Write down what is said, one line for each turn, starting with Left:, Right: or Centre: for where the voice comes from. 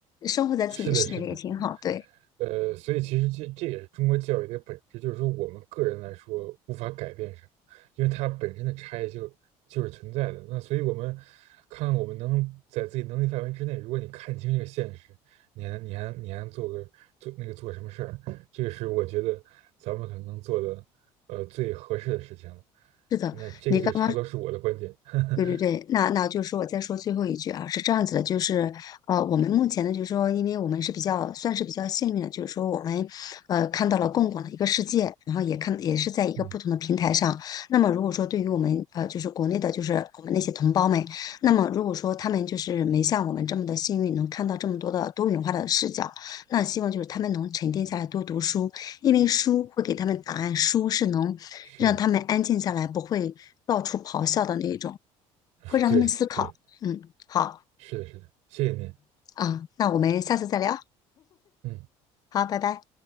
Left: 生活在自己的世界里也挺好。
Right: 是的，是的，
Left: 对，
Right: 呃，所以其实这这也是中国教育的本质，就是说我们个人来说无法改变什么，因为它本身的差异就就是存在的。那所以我们看我们能在自己能力范围之内，如果你看清这个现实，你还你还你还做个做那个做什么事儿，这个是我觉得咱们可能能做的呃最合适的事情了。
Left: 是的，
Right: 那这个就差不多是我的观点。
Left: 你刚刚
Right: <laughs>
Left: 对对对，那那就是说我再说最后一句啊，是这样子的，就是呃，我们目前呢，就是说，因为我们是比较算是比较幸运的，就是说我们呃看到了更广的一个世界，然后也看也是在一个不同的平台上。
Right: 嗯，
Left: 那么如果说对于我们呃就是国内的，就是我们那些同胞们，那么如果说他们就是没像我们这么的幸运，能看到这么多的多元化的视角，那希望就是他们能沉淀下来多读书，因为书会给他们答案，书是能让他们安静下来，
Right: 是的，
Left: 不会到处咆哮的那种。
Right: <laughs>
Left: 会让他们思考。
Right: 对对，
Left: 嗯，好
Right: 是的，是的，谢谢您。
Left: 啊，那我们下次再聊。
Right: 嗯。
Left: 好，拜拜。